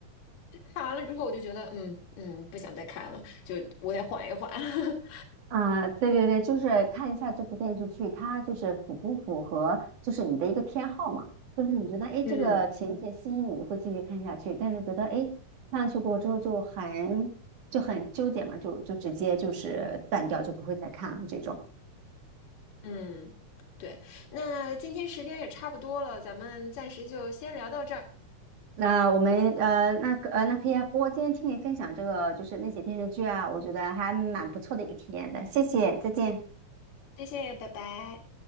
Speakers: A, on the left; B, on the right.
A: 看完了之后，我就觉得嗯嗯，不想再看了，就我得缓一缓。<laughs>
B: 啊，对对对，就是看一下这部电视剧，它就是符不符合就是你的一个偏好嘛？就是你觉得哎，诶这个情节吸引你，
A: 嗯嗯，
B: 你会继续看下去；但是觉得哎，诶看下去过之后就很就很纠结嘛，就就直接就是断掉，就不会再看了这种。
A: 嗯，对。那今天时间也差不多了，咱们暂时就先聊到这儿，
B: 那我们呃，那个呃，那可以啊。不过今天听你分享这个就是那些电视剧啊，我觉得还蛮不错的一个体验的。谢谢，再见。
A: 谢谢，拜拜。